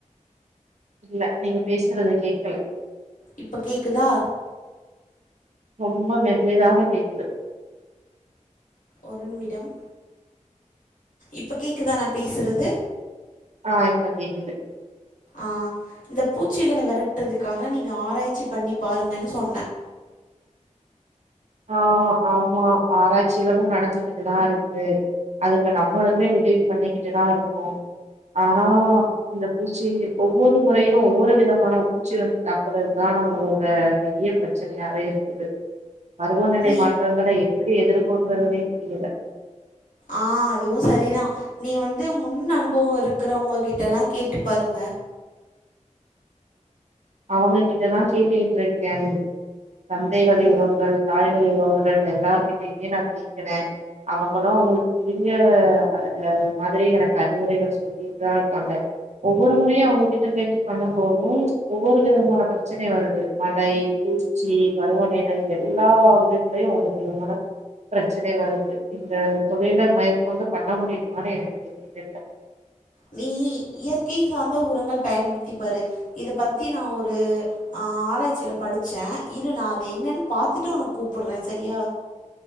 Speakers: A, on the right; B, on the left.
A: இல்ல நீங்க பேஸ்றது கேக்கல
B: இப்ப கேக்குதா
A: ரொம்ப மெல்லிதாக கேக்குது
B: ஒரு நிமிடம் இப்ப கேக்குதா நா பேஸ்றது
A: ஆ இப்ப கேக்குது
B: ஆ இந்த பூச்சிகள வெரட்றதுக்காக நீங்க ஆராய்ச்சி பண்ணி பாருங்கன்னு சொன்ன
A: ஆ ஆமா ஆராய்ச்சிகளும் நடந்துகிட்டுதா இருக்கு அதுக்கு நம்மளுமே உதவி பண்ணிக்கிட்டுதா இருக்கோ ஆனா இந்த பூச்சி ஒவ்வொரு முறையு ஒவ்வொரு விதமான பூச்சி வந்து தாக்கறத் தா நம்மளோட பெரிய ப்ர ச்சனயாவே இருக்குது பருவநிலை
B: நீ
A: மாற்றங்கள எப்பிடி எதிர்கொள்றதுனே தெரியல
B: ஆ அதுவு சரி தா நீ வந்து முன் அனுபவோ இருக்கறவங்க கிட்டலா கேட்டு பாருங்க
A: அவங்க கிட்டதா கேட்டுக்கிட்ருக்கே தந்தை வழி
B: ம்
A: உறவுகள் தாய் வ ழி உறவுகள் எல்லார்கிட்டய்மே நா கேக்கறே அவங்களு அவங்களுக் முடிஞ்ச அது மாதிரி எனக்கு அறிவுரைகள் சொ சொல்லிட்டிட்டு தா இருக்காங்க ஒவ்வொரு முறையு அவங்ககிட்ட கேட்டு பண்ணும் போது ஒவ்வொரு விதமான பிரச்சனை வருது மழை, பூச்சி, பருவநிலை எல்லா வித த்துலயு ஒவ்வொரு விதமான பிரச்சனை வருது இந்த தொழில மேற்கொண்டு பண்ண முடியுமானு எனக்கு தெர்ல
B: நீ இயற்கை சார்ந்த உரங்கள் பயன்படுத்தி பாரு இத பத்தி நா ஒரு ஆ ஆராய்ச்சில படிச்சே இரு நா அது என்னன்னு பாத்துட்டு உனக்கு கூப்புட்றே சரியா